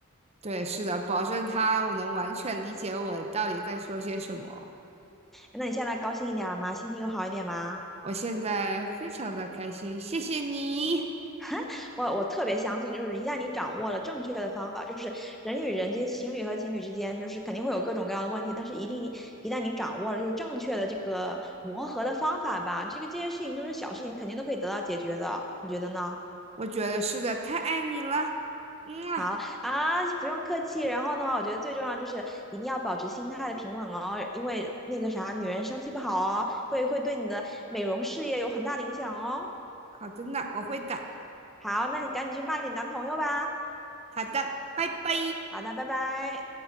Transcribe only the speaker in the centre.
那你现在高兴一点了吗？心情有好一点吗？
<laughs> 我我特别相信，就是一旦你掌握了正确的方法，就是人与人之间、情侣和情侣之间，就是肯定会有各种各样的问题，但是一定你一旦你掌握了就是正确的这个磨合的方法吧，这个这些事情都是小事情，肯定都可以得到解决的，你觉得呢？
好啊，不用客气。然后的话，我觉得最重要就是一定要保持心态的平稳哦，因为那个啥，女人生气不好哦，会会对你的美容事业有很大的影响哦。
好，那你赶紧去骂你男朋友吧。
好的，拜拜。